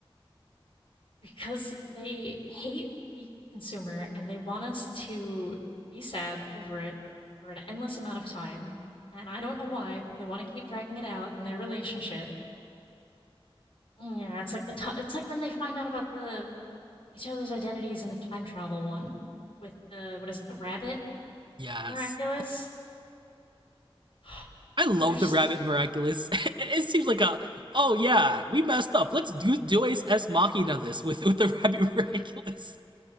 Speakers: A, on the left; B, on the right.
A: Because they hate the consumer and they want us to be sad over it for an endless amount of time. And I don't know why, but they want to keep dragging it out in their relationship. Mm, Yeah, it's like the t- it's like when they find out about the each other's identities in the time travel one with the what is it the rabbit
B: Yes.
A: miraculous <sighs>
B: I love
A: like there's
B: the Rabbit Miraculous. <laughs> it seems like a oh yeah, we messed up. Let's do Dues S Machina this with with the <laughs> Rabbit Miraculous.